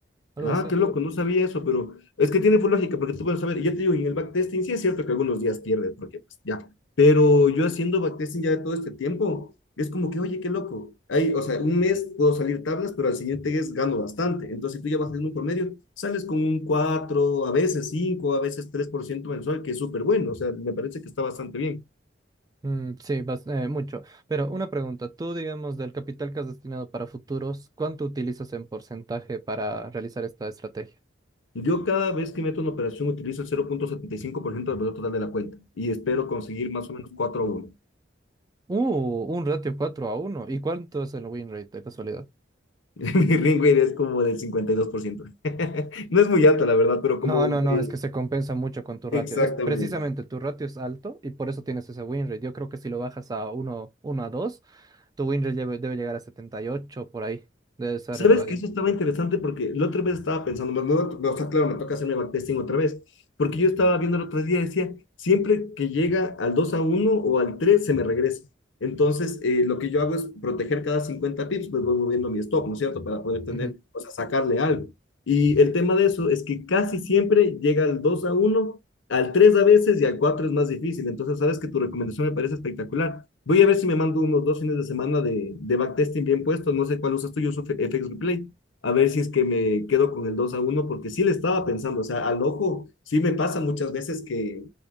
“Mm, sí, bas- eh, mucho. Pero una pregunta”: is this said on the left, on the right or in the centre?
Right